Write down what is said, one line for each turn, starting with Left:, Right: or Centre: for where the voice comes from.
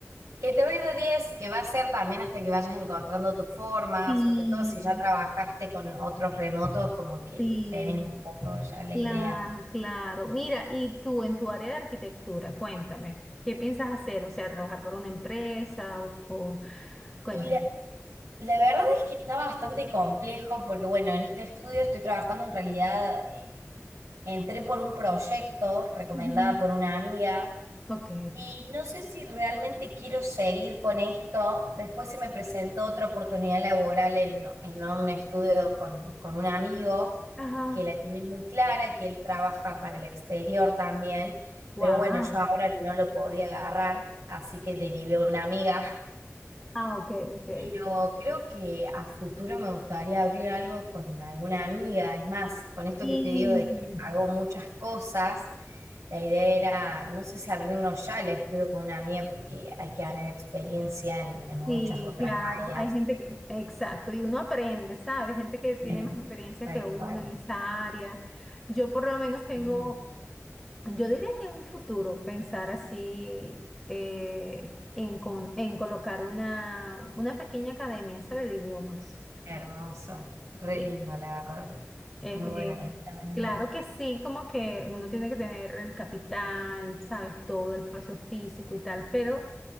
Right: Que te va a ir de 10, que va a ser también hasta que vayas encontrando tu forma,
Centre: sí,
Right: sobre todo si ya trabajaste con otros remotos, como que
Centre: sí.
Right: tenés un poco ya la
Centre: Claro,
Right: idea.
Centre: claro. Mira, y tú en tu área de arquitectura, cuéntame, ¿qué piensas hacer? O sea, trabajar para una empresa o, o- cuéntame.
Right: Y la, la verdad es que está bastante complejo, porque bueno, en este estudio estoy trabajando en realidad, eh, entré por un proyecto recomendada
Centre: Ujú.
Right: por una amiga
Centre: Ok.
Right: Y no sé si realmente quiero seguir con esto. Después se me presentó otra oportunidad laboral en, en un estudio con, con un amigo
Centre: Ajá.
Right: que la tiene muy clara, que él trabaja para el exterior también,
Centre: Wow.
Right: pero bueno, yo ahora no lo podía agarrar, así que derivé a una amiga
Centre: Ah, ok, ok.
Right: pero creo que a futuro me gustaría abrir algo con alguna amiga. Es más, con esto
Centre: Sí,
Right: que te digo de que hago muchas cosas, la idea era, no sé si abrirlo ya, la estudio con una amiga porque hay que ganar experiencia en, en muchas
Centre: sí,
Right: otras
Centre: claro.
Right: áreas.
Centre: Hay gente que, exacto, y uno aprende, ¿sabes? Gente que tiene
Right: eh,
Centre: más experiencia
Right: tal
Centre: que uno
Right: cual.
Centre: en esa área. Yo por lo menos tengo
Right: Sí.
Centre: Yo diría que en un futuro pensar así eh, en, con- en colocar una, una pequeña academia, ¿sabe? De idiomas.
Right: Hermoso. Re
Centre: Sí.
Right: lindo, la verdad.
Centre: Es-
Right: Muy buenas
Centre: es-
Right: las academias.
Centre: claro que sí, como que uno tiene que tener el capital, ¿sabes? Todo el espacio físico y tal, pero